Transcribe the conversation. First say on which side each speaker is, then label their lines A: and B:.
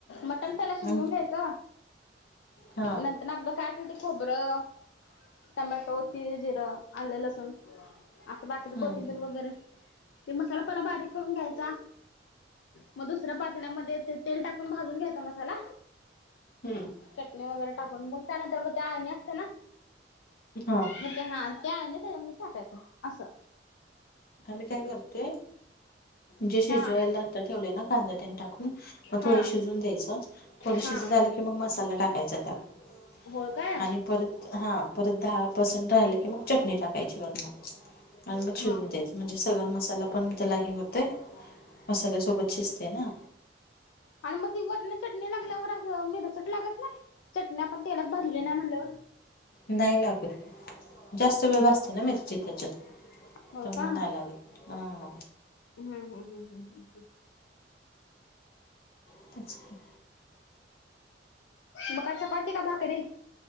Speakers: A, on the left (about 75°); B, on the left (about 55°).
A: मटन पयला
B: हम्म
A: शिजवून
B: आणि
A: घ्यायच
B: हा
A: आपलं काय असेल ते खोबरं टोमॅटो तीळ जिरं आले लसूण असं बाकीचं
B: हम्म
A: कोथिंबीर वगैरे ते मसाला पयला बारीक करून घ्यायचा मग दुसऱ्या पातल्यामध्ये ते तेल टाक कुण भाजून घ्यायचा मसाला
B: हम्म
A: चटणी वगैरे टाकून मग त्यानंतर मग ते आळणी असते ना
B: हा
A: मग ते हा त्या ना त्याच्यामध्ये टाकायचं असं
B: आम्ही काय करतोय जे शिजवायला
A: हा
B: आता ठेवलेय ना कांदा तेने टाकून मग
A: हा
B: थोडं शिजून द्यायचं थोडी शीजत
A: हा
B: आल की मग मसाला टाकायचा त्यात
A: होय काय
B: आणि परत हा परत दहा पर्सेंट राहिलं की मग चटणी टाकायची वरण
A: हा
B: शिजून द्यायचं म्हणजे सगळा मसाला पण त्याला हे होते मसाल्यासोबत शिजते ना
A: आणि मग वरण लागल्यावर असं मिर चट लागत नाही चटणी आपण तेलात भाजली नाही म्हटल्यावर
B: नाही लागत जास्त वेळ भाजते ना मिरची त्याच्यात
A: होय
B: तर
A: का
B: मग नाही लागत हम
A: हम्म हम हम् हम्म हम ह
B: <unintelligible>
A: मका चपाती का भाकरी